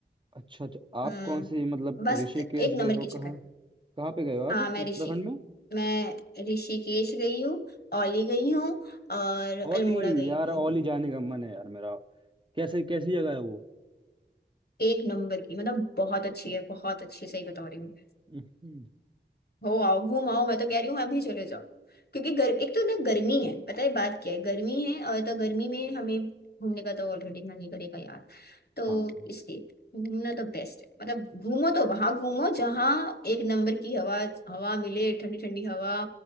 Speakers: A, on the right (about 25°); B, on the left (about 60°).
A: अच्छा अच्छा आप
B: हम्म
A: कौन से मतलब
B: बस
A: ऋषिकेश
B: एक
A: गए
B: नंबर
A: हो
B: की जगह
A: कहाँ
B: है।
A: कहाँ पे गए हो आप
B: हाँ
A: उत्तराखंड
B: मैं ऋषि
A: में
B: मैं ऋषिकेश गई हूँ औली गई हूँ और
A: ओली
B: अल्मोड़ा गई
A: यार
B: हूँ
A: ओली जाने का मन है यार मेरा कैसे कैसी जगह है वो
B: एक नंबर की मतलब बहुत अच्छी है बहुत अच्छी सही बता रही हूँ
A: <laughs> हम्म,
B: हो आओ घूम आओ मैं तो कह रही हूँ मैं अभी चले जाओ क्योंकि गर, एक तो ना गर्मी है पता है बात क्या है गर्मी है और तो गर्मी में हमें घूमने का तो ऑलरेडी मन नहीं करेगा यार तो
A: हाँ
B: इसलिए घूमना तो बेस्ट है मतलब घूमो तो वहां घूमो जहाँ एक नंबर की हवा हवा मिले ठंडी ठंडी हवा